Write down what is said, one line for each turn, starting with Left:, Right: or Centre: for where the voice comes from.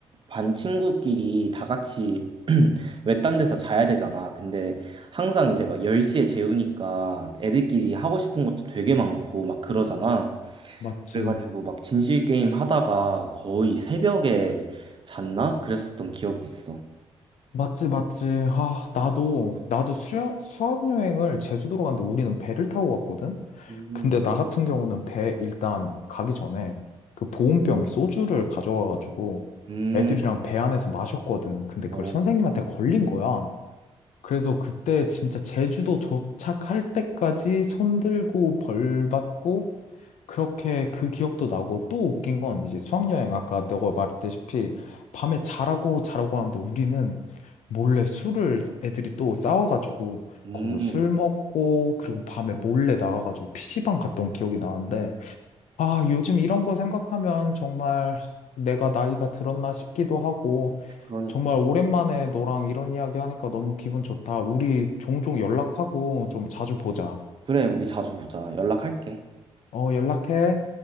Right: 반 친구끼리 다 같이 <clears throat> 외딴 데서 자야 되잖아. 근데 항상 이제 막 10시에 재우니까 애들끼리 하고 싶은 것도 되게 많고 막 그러잖아.
Left: 맞지.
Right: 그래가지고 막 진실 게임 하다가 거의 새벽에 잤나? 그랬었던 기억이 있어.
Left: 맞지, 맞지. 아, 나도, 나도 수학, 수학 여행을 제주도로 갔는데 우리는 배를 타고 갔거든?
Right: 음,
Left: 근데 나 같은 경우는 배 일단 가기 전에 그 보온병에 소주를 가져가가지고
Right: 음,
Left: 애들이랑 배 안에서 마셨거든. 근데 그걸
Right: 어,
Left: 선생님한테 걸린 거야. 그래서 그때 진짜 제주도 도착할 때까지 손 들고 벌 받고 그렇게 그 기억도 나고 또 웃긴 건 이제 수학여행 아까 너가 말했다시피 밤에 자라고 자라고 하는데 우리는 몰래 술을 애들이 또 싸워가지고
Right: 음,
Left: 거기서 술 먹고 그리고 밤에 몰래 나가가지고 PC방 갔던 기억이 나는데 아 요즘 이런 거 생각하면 정말 내가 나이가 들었나 싶기도 하고
Right: 그러니까.
Left: 정말 오랜만에 너랑 이런 이야기 하니까 너무 기분 좋다. 우리 종종 연락하고 좀 자주 보자.
Right: 그래, 우리 자주 보자. 연락할게.
Left: 어 연락해.